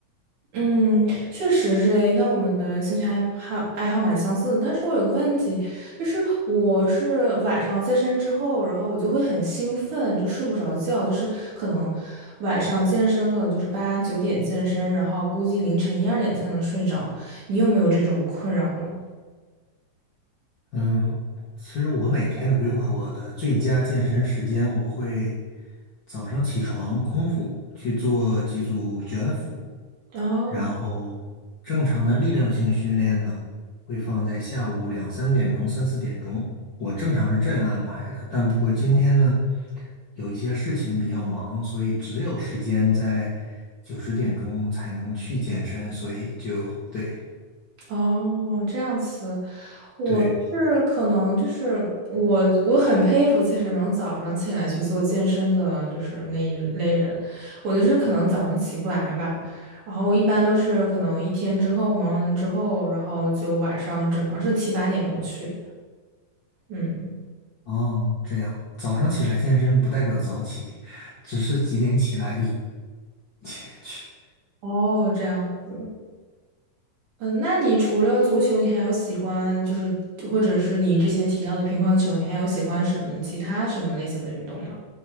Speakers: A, on the right; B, on the left.
A: 嗯，确实是诶。那我们的兴趣爱好爱好蛮相似的，但是我有个问题，就是我是晚上健身之后，然后我就会很兴奋，就睡不着觉，就是可能晚上健身了，就是八九点健身，然后估计凌晨一二点才能睡着。你有没有这种困扰呢？
B: 嗯，其实我每天的规划，我的最佳健身时间，我会早上起床空腹去做几组卷腹，
A: 哦
B: 然后正常的力量性训练呢，会放在下午两三点钟、三四点钟。我正常是这样安排的，但不过今天呢，有一些事情比较忙，所以只有时间在九十点钟才能去健身，所以就对
A: 哦，这样子。我是可能就是我，
B: 对
A: 我很佩服，其实能早上起来去做健身的，就是那一类人。我就是可能早上起不来吧，然后我一般都是可能一天之后忙完了之后，然后就晚上只能是七八点钟去。嗯，
B: 哦，这样早上起来健身不代表早起，只是几点起来就几点去。
A: 哦，这样子。嗯，那你除了足球，你还有喜欢就是或者是你之前提到的乒乓球，你还有喜欢什么其他什么类型的运动吗？